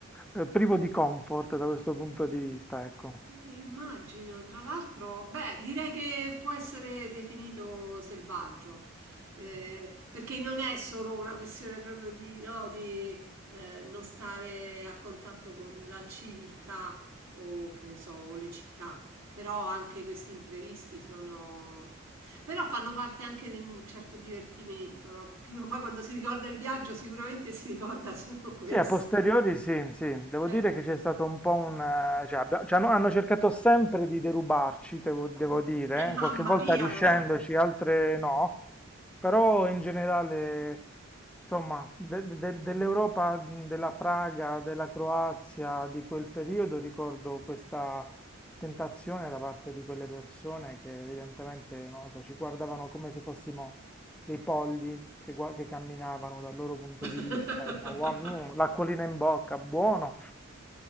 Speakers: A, in the centre; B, on the right.
A: eh, privo di comfort da questo punto di vista, ecco.
B: Eh, immagino, tra l'altro, beh, direi che può essere definito selvaggio, eh, perché non è solo una questione proprio di, no, di eh, non stare a contatto con la civiltà o che ne so, o le città, però anche questi imprevisti sono... però fanno parte anche di un certo divertimento, no? Perché uno poi quando si ricorda il viaggio sicuramente si ricorda solo questo.
A: Sì, a posteriori sì,
B: <laughs>
A: sì, devo
B: È
A: dire
B: vero.
A: che c'è stato un po' un... eh, Cioè, abbia- cioè, no, hanno cercato sempre di derubarci, devo, devo dire,
B: E mamma
A: eh, qualche volta
B: mia,
A: riuscendoci,
B: però.
A: altre no, però in generale, insomma, de- de- dell'Europa, mh, della Praga, della Croazia di quel periodo ricordo questa tentazione da parte di quelle persone che evidentemente, non lo so, ci guardavano come se fossimo dei polli che, gua- che camminavano dal loro punto
B: <laughs>
A: di vista. e dicono, "Wow, mm, L'acquolina in bocca, buono.